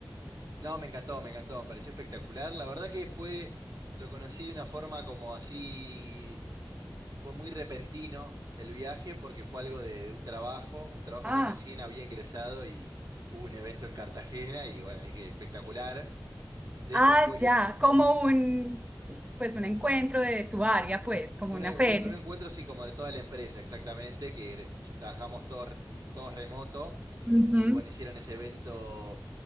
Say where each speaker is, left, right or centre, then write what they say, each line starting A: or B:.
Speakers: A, on the right; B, on the right.
A: no, me encantó, me encantó, me pareció espectacular. La verdad que fue, lo conocí de una forma como así Fue muy repentino el viaje porque fue algo de, de un trabajo, un trabajo
B: Ah,
A: que recién había ingresado y hubo un evento en Cartagena y bueno, dije, espectacular. De
B: ah,
A: hecho, fue
B: ya,
A: eh,
B: como un, pues un encuentro de tu área, pues, como
A: un,
B: una
A: e-
B: feria.
A: un- un encuentro así como de toda la empresa, exactamente, que re- trabajamos todos, re- todos remoto
B: Ujú,
A: y bueno, hicieron ese evento,